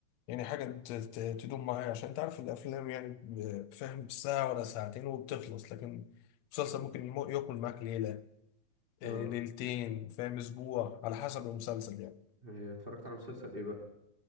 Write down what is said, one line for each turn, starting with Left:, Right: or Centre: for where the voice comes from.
Left: يعني حاجه ت... ت... تدوم معايا عشان انت عارف الافلام يعني ب- فاهم ساعه ولا ساعتين وبتخلص لكن مسلسل ممكن يمو- ياكل معاك ليله آه،
Right: اه
Left: ليلتين فاهم اسبوع على حسب المسلسل يعني
Right: إيه، اتفرجت على مسلسل ايه بقى